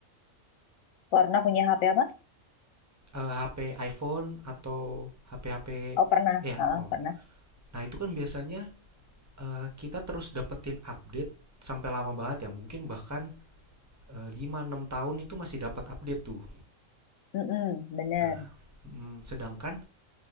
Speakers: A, on the left; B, on the right.
A: Pernah punya HP apa?
B: eh, HP iPhone atau HP-HP
A: Oh pernah,
B: ya
A: Ah,
B: Apple.
A: pernah.
B: Nah, itu kan biasanya eh, kita terus dapetin update sampai lama banget ya, mungkin bahkan eh, 5-6 tahun itu masih dapat update tuh.
A: Mm-mm, bener.
B: Nah, mm, sedangkan